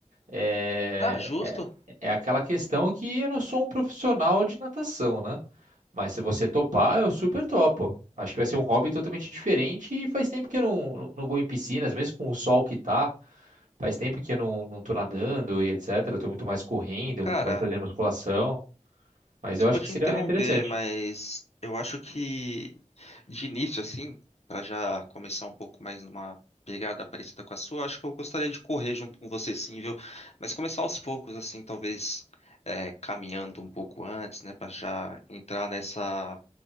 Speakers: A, on the right; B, on the left.
A: é,
B: Ah, justo.
A: é, é aquela questão que eu não sou um profissional de natação, né? Mas se você topar, eu super topo. Acho que vai ser um hobby totalmente diferente e faz tempo que eu não, não vou em piscinas, mesmo com o sol que tá. Faz tempo que eu não, não tô nadando e etc. Eu tô muito mais correndo,
B: Cara,
A: muito mais fazendo musculação. Mas eu acho
B: Vou te
A: que seria
B: interromper,
A: interessante.
B: mas eu acho que de início, assim, para já começar um pouco mais numa pegada parecida com a sua, acho que eu gostaria de correr junto com você, sim, viu? Mas começar aos poucos, assim, talvez é, caminhando um pouco antes, né, para já entrar nessa